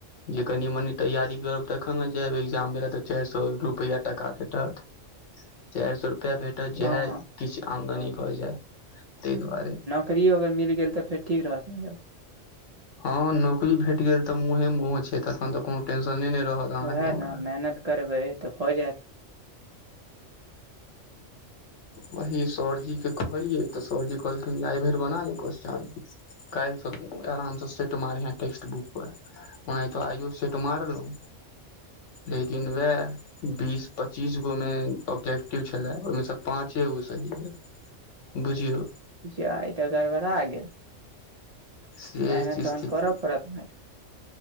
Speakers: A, on the left; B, on the right.
A: जे कनि मनी तैयारी करब तखन ने जैब एग्जाम दैला त चारि सौ रुपैया टका भेटत। चारि सए रुपया भेट तऽ
B: हँ
A: जेहे
B: हँ
A: किछु आमदनी भऽ जाय तहि दुआरे
B: करियौ अगर मिल गेल तऽ फेर ठीक रहत नहि यौ।
A: हाँ नौकरी भेट गेल तऽ मुंहे मुह छैय तखन तऽ कुनु टेंशने नहि रहत। अहाँके
B: उएह
A: हमरा
B: न मेहनत करबै तऽ भऽ जायत।
A: वही सरजी के कहलियै तऽ सरजी कहलखिन जे आइ भरि बना ले क्वेेश्चन काल्हिसँ तूं आरामसँ सेट मारिहैं टेक्स्ट बुक पर। ओनहितो आइयो सेट मारलौं। लेकिन वएह बीस पच्चीसगो मे ऑब्जेक्टिव छलै ओहिमे स पाँचेगो सही भेल बुझियौ।
B: जा ईतऽ गड़बड़ा आ गेल
A: से
B: मेहनत
A: अछि
B: तहन
A: स्थिति
B: करऽ पड़त भाइ।